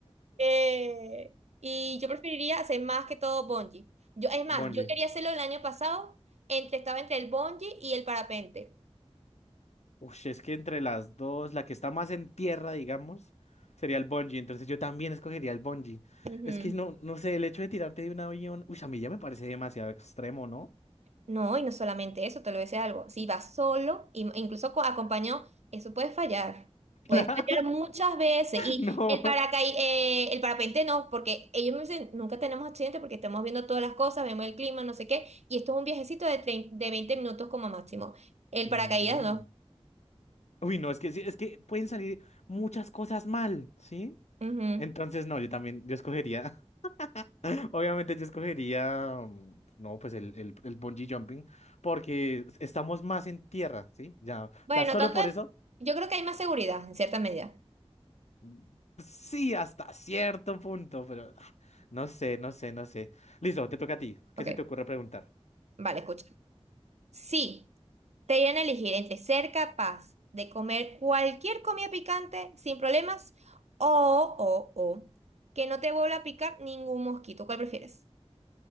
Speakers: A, on the right; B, on the left.
A: Eh, y yo preferiría hacer más que todo bungee. Yo, es más,
B: bungee.
A: yo quería hacerlo el año pasado, entre, estaba entre el bungee y el parapente.
B: Uy, es que entre las dos, la que está más en tierra, digamos, sería el bungee. Entonces yo también escogería el bungee.
A: Ujú.
B: Es que no, no sé, el hecho de tirarte de un avión, uy, a mí ya me parece demasiado extremo, ¿no?
A: No, y no solamente eso, te lo voy a decir algo. Si vas solo, im- incluso co- acompañado, eso puede fallar.
B: <laughs>
A: Puede
B: Claro.
A: fallar muchas veces. Y
B: No.
A: el paracaí, eh, el parapente no, porque ellos me dicen, nunca tenemos accidente porque estamos viendo todas las cosas, vemos el clima, no sé qué. Y esto es un viajecito de, trein- de 20 minutos como máximo. El
B: Mm.
A: paracaídas no.
B: Uy, no, es que sí, es que pueden salir muchas cosas mal, ¿sí?
A: Ujú.
B: Entonces, no, yo también, yo escogería. Obviamente yo escogería, mm, no, pues el, el, el bungee jumping, porque estamos más en tierra, ¿sí? Ya, o
A: Bueno,
B: sea, solo
A: tanto,
B: por
A: en-
B: eso,
A: yo creo que hay más seguridad en cierta medida.
B: mm, sí, hasta cierto punto, pero ah, no sé, no sé, no sé. Listo, te toca a ti.
A: Ok,
B: ¿Qué se te ocurre preguntar?
A: vale, escucha. Sí. Te dieran a elegir entre ser capaz de comer cualquier comida picante sin problemas o, o, o, que no te vuelva a picar ningún mosquito. ¿Cuál prefieres?